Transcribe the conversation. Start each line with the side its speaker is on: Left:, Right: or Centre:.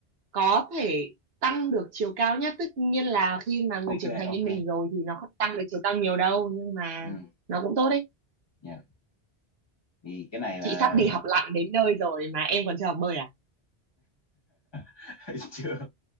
Right: có thể tăng được chiều cao nhất tất nhiên là khi mà người
Left: ok
Right: trưởng thành như
Left: ok
Right: mình rồi thì nó không tăng được chiều cao nhiều đâu nhưng mà
Left: ừ.
Right: nó cũng tốt đấy
Left: dạ thì cái này là
Right: chị sắp đi học lặn đến nơi rồi mà em còn chưa học bơi à
Left: <laughs> chưa